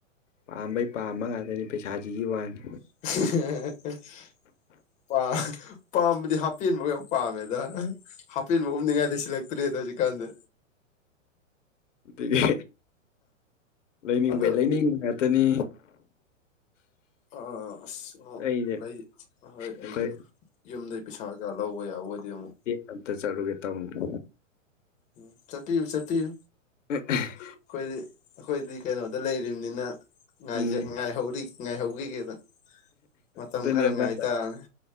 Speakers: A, on the left; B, on the left.
A: ꯄꯥꯝꯕꯩ ꯄꯥꯝꯕ ꯉꯥꯛꯇꯅꯤ ꯄꯩꯁꯥꯁꯤꯒꯤ ꯋꯥꯅꯤ
B: <inaudible> ꯑ ꯄꯥꯝꯕꯗꯤ ꯍꯥꯞꯄꯦꯟꯕ ꯄꯥꯝꯃꯦꯗ ꯍꯥꯞꯄꯦꯟꯕꯧ ꯎꯞꯅꯤꯡꯉꯥꯏꯗ ꯂꯩꯁꯤꯜꯂꯛꯇ꯭ꯔꯦꯗ ꯍꯧꯖꯤꯛꯀꯥꯟꯁꯦ
A: ꯑꯗꯒꯤ ꯂꯩꯅꯤꯡꯕꯩ
B: ꯑꯗꯣ
A: ꯂꯩ ꯅꯤꯡꯒ ꯇꯅꯤ
B: ꯑ ꯥ ꯑꯥ ꯑꯁ ꯑꯣ
A: ꯑꯩꯁꯦ
B: ꯂꯩ ꯑꯍꯣꯏ
A: ꯑꯩꯈꯣꯏ
B: ꯑꯩꯁꯨ ꯌꯨꯝꯗꯩ ꯄꯩꯁꯥ ꯀ ꯂꯧꯕ ꯌꯥꯕ ꯑꯣꯏꯗꯤ ꯑꯃꯨꯛ
A: ꯗꯦꯗ ꯑꯝꯇ ꯆꯠꯂꯨꯒꯦ ꯇꯧꯅꯤꯗ
B: ꯎꯝ ꯆꯠꯄꯤꯌꯨ ꯆꯠꯄꯤꯌꯨ
A: ꯎ <unintelligible>
B: ꯑꯩꯈꯣꯏꯗꯤ ꯑꯩꯈꯣꯏꯗꯤ ꯀꯩꯅꯣꯗ ꯂꯩꯔꯤꯝꯅꯤꯅ
A: ꯎꯝ
B: ꯉꯥꯏꯍꯧꯔꯤ ꯉꯥꯏꯍꯧꯈꯤꯒꯦꯗ ꯃꯇꯝ
A: ꯑꯗꯨꯅꯦ
B: ꯈꯔ ꯉꯥꯏꯇꯥꯕꯅꯤ
A: ꯃꯥꯅ